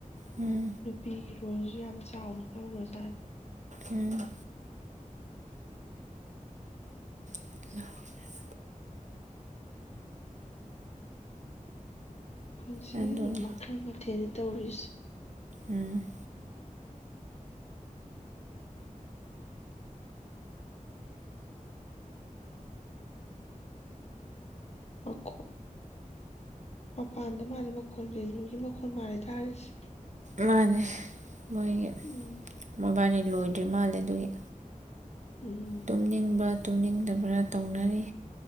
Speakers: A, on the right; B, on the left.
A: ꯎꯝ
B: ꯅꯨꯄꯤ ꯔꯣꯜꯁꯨ ꯌꯥꯝ ꯆꯥꯎꯅ ꯂꯧꯒ꯭ꯔꯖꯥꯠꯅꯤ
A: ꯎꯝ <unintelligible>
B: ꯄꯨꯟꯁꯤ
A: ꯑꯗꯨꯅꯤ
B: ꯃꯈꯜ ꯃꯊꯦꯜ ꯇꯧꯔꯤꯁꯤ
A: ꯎꯝ
B: ꯑꯈꯣ ꯃꯄꯥꯟꯗ ꯃꯥꯜꯂꯦ ꯃꯈꯣꯜ ꯔꯦꯅꯨꯒꯤ ꯃꯈꯣꯜ ꯃꯥꯜꯂꯦ ꯇꯥꯔꯤꯁꯦ
A: ꯃꯥꯅꯦ ꯃꯣꯏꯒꯤ
B: ꯎꯝ
A: ꯃꯣꯏꯕꯥꯅꯤ ꯂꯣꯏꯗ꯭ꯔꯤ ꯃꯥꯜꯂꯦ ꯑꯗꯨꯒꯤ
B: ꯎꯝ
A: ꯇꯨꯝꯅꯤꯡꯕ꯭ꯔꯥ ꯇꯨꯝꯅꯤꯡꯗꯕ꯭ꯔꯥ ꯇꯧꯅꯔꯤ